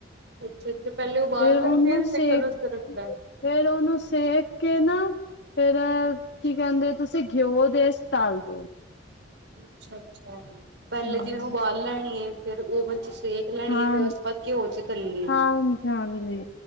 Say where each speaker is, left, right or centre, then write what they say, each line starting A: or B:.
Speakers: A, on the right; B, on the left.
A: ਅੱਛਾ-ਅੱਛਾ, ਪਹਿਲੇ ਉਬਾਲ
B: ਫੇਰ ਉਹਨੂੰ
A: <inaudible> ਰੱਖਦਾ।
B: ਸੇਕ ਫੇਰ, ਉਹਨੂੰ ਸੇਕ ਕੇ ਨਾ ਫੇਰ, ਕੀ ਕਹਿੰਦੇ ਤੁਸੀਂ ਘਿਓ ਦੇ ਇਸ ਤਾਲ <inaudible>
A: ਅੱਛਾ-ਅੱਛਾ, ਪਹਿਲੇ
B: ਹੂੰ।
A: ਜੀਵੇਂ ਉਬਾਲ ਲੈਣੀ ਹੈ। ਫੇਰ ਓਵਨ ਚ ਸੇਕ ਲੈਣੀ
B: ਹਾਂ,
A: ਆ, ਫੇਰ ਉਸ ਤੋਂ ਬਾਅਦ ਘਿਓ ਚ ਤੱਲਣੀ ਆ।
B: ਹਾਂਜੀ-ਹਾਂਜੀ,